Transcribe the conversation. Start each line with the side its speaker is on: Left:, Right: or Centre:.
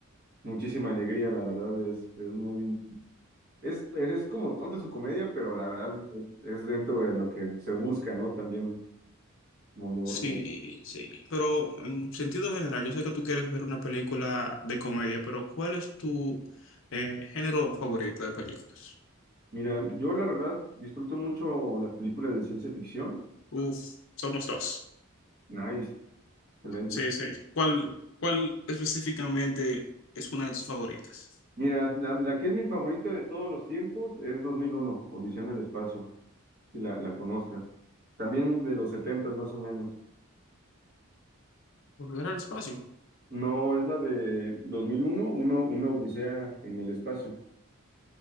Right: muchísima alegría, la verdad, es, es muy, es, es como tonta su comedia, pero la verdad es dentro de lo que se busca, ¿no? También, como lo-
Left: Sí,
Right: lo-
Left: sí, pero en sentido general, yo sé que tú quieres ver una película de comedia, pero ¿cuál es tu eh, género favorito de películas?
Right: mira, yo la verdad disfruto mucho las películas de ciencia ficción.
Left: Uf, somos dos.
Right: Nice, excelente.
Left: Sí, sí. ¿Cuál, cuál específicamente es una de tus favoritas?
Right: Mira, la, la que es mi favorita de todos los tiempos es dos mil uno Odisea en el espacio. si la, la conozcas. También de los 70 más o menos.
Left: Volver al espacio.
Right: No, es la de 2001, uno, uno, una Odisea en el espacio,